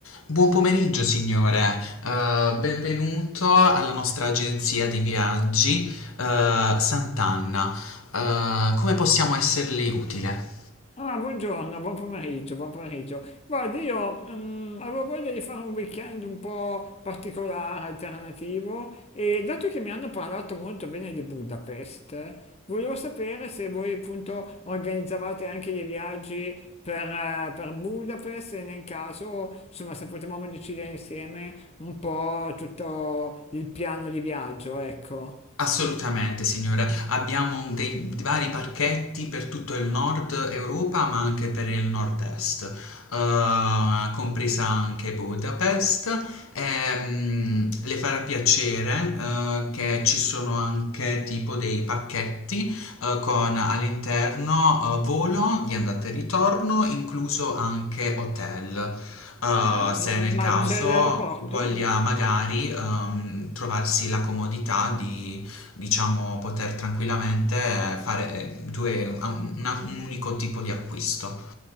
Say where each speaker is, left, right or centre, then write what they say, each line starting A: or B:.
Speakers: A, on the left; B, on the left.
A: Buon pomeriggio, signore. Eh, benvenuto alla nostra agenzia di viaggi, eh, Sant'Anna. Eh, come possiamo esserle utile?
B: Ah, buongiorno, buon pomeriggio, buon pomeriggio. Guardi, io ehm, avevo voglia di fare un weekend un po' particolare, alternativo, e dato che mi hanno parlato molto bene di Budapest, eh, volevo sapere se voi appunto organizzavate anche dei viaggi per, eh, per Budapest e nel caso, insomma, se potevamo decidere insieme un po' tutto il piano di viaggio, ecco.
A: Assolutamente signora, abbiamo dei vari parchetti per tutto il Nord Europa, ma anche per il Nord-Est, eh, compresa anche Budapest. Ehm, le farà piacere, eh, che ci sono anche tipo dei pacchetti, eh, con all'interno, eh, volo di andata e ritorno, incluso anche hotel. Uh,
B: Ah,
A: se
B: ma
A: nel
B: ma
A: Ah, ok. caso
B: c'è l'aeroporto?
A: voglia magari ehm, trovarsi la comodità di diciamo poter tranquillamente fare eh, due- un un unico tipo di acquisto.